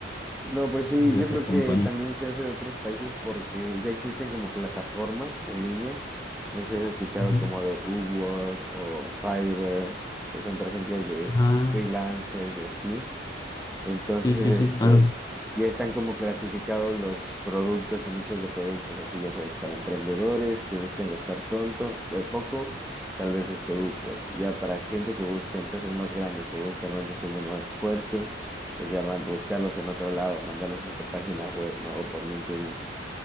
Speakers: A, in the centre; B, on the left (about 20°).
A: No, pues sí,
B: o de
A: yo
B: otras
A: creo
B: compañías?
A: que también se hace de otros países porque ya existen como plataformas en línea. No sé si has escuchado
B: Ujú.
A: como de Upwork o Fiverr, que son por ejemplo de
B: Ah,
A: freelancers y así. Entonces,
B: sí, sí,
A: este,
B: sí, claro,
A: ya están como clasificados los productos y nichos de productos, así ya sabes, para emprendedores que buscan gastar pronto, eh, poco, tal vez este Upwork. Ya para gente que busca empresas más grandes, que buscan un diseño más fuerte, pues ya man- buscarlos en otro lado, mandarlos a tu página web, ¿no? O por LinkedIn.